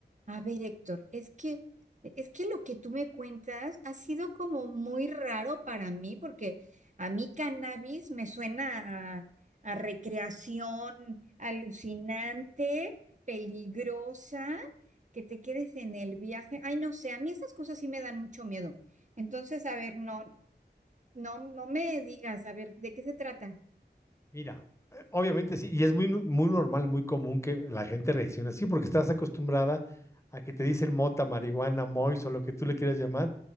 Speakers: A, on the right; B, on the left.
A: A ver, Héctor, es que, es que lo que tú me cuentas ha sido como muy raro para mí, porque a mí cannabis me suena a, a recreación alucinante, peligrosa, que te quedes en el viaje. Ay, no sé, a mí esas cosas sí me dan mucho miedo. Entonces, a ver, no, no, no me digas, a ver, ¿de qué se trata?
B: Mira, eh, obviamente sí, y es muy, nu- muy normal, muy común que la gente reaccione así, porque estás acostumbrada a que te dicen mota, marihuana, mois o lo que tú le quieras llamar,